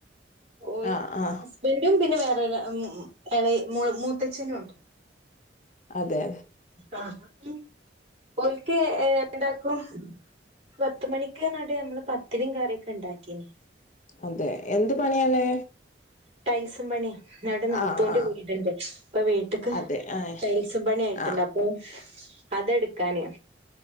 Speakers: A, on the right; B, on the left.
A: ഓ
B: ആഹ് ആഹ്
A: ഹസ്ബന്റും പിന്നെ വേറെരു ഇള മൂ മൂത്തച്ഛനും ഉണ്ട്
B: അതെ
A: ആഹ് ഒക്ക് രണ്ടാക്കും പത്ത് മണിക്കനാൻഡ് നമ്മള് പത്തിരിം കറിയൊക്കെ ണ്ടാക്കീന്
B: അതെ എന്ത് പണിയാണ്
A: ടൈൽസും പണിയ ഞവിടെ നാത്തൂന്റെ
B: ആഹ് ആഹ്
A: വീടുണ്ട് ഇപ്പൊ വീട്ടക്ക്
B: അതെ ആഹ്
A: ടൈൽസും പണിയ ആയിട്ടുണ്ട്
B: ആഹ്
A: അപ്പ അതെടുക്കാന